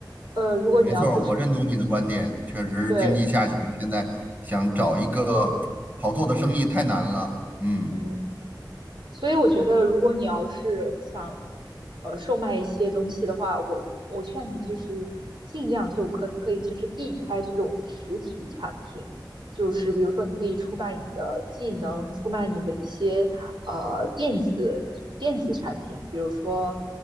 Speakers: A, on the right (about 80°); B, on the right (about 20°).
A: 呃，如果你要做生意，
B: 没错儿，我认同你的观点，确实经济下行，
A: 对，
B: 现在想找一个好做的生意太难了。嗯
A: 嗯。所以我觉得，如果你要是想，呃，售卖一些东西的话，我我劝你就是尽量就可不可以就是避开这种实体产品，就是比如说你可以出卖你的技能，出卖你的一些呃电子电子产品，比如说